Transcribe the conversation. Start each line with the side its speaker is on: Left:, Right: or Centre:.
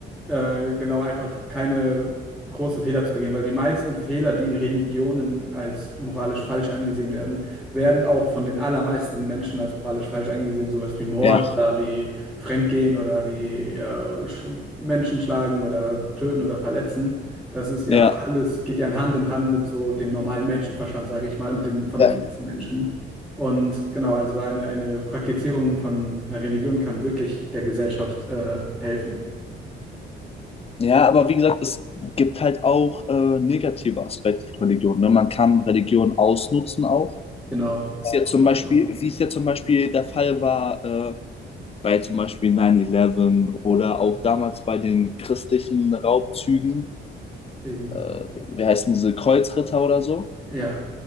Centre: äh, genau, einfach keine großen Fehler zu begehen, weil die meisten Fehler, die in Religionen als moralisch falsch angesehen werden, werden auch von den allermeisten Menschen als moralisch falsch angesehen, sowas wie Mord
Left: Ja,
Centre: oder wie Fremdgehen oder wie äh, Sch- Menschen schlagen oder töten oder verletzen. Das ist ja
Left: ja.
Centre: alles, geht ja Hand in Hand mit so dem normalen Menschenverstand, sage ich mal, mit den, von den
Left: Ja.
Centre: meisten Menschen. Und genau, also eine, eine Praktizierung von einer Religion kann wirklich der Gesellschaft äh, helfen.
Left: Ja, aber wie gesagt, es gibt halt auch äh, negative Aspekte von Religion. Ne? Man kann Religion ausnutzen auch.
Centre: Genau,
Left: Ist ja
Centre: das
Left: zum
Centre: glaube
Left: Beispiel,
Centre: ich auch.
Left: wie es ja zum Beispiel der Fall war äh, bei zum Beispiel 9-11 oder auch damals bei den christlichen Raubzügen,
Centre: Eben.
Left: äh, wie heißen diese Kreuzritter oder so.
Centre: Ja.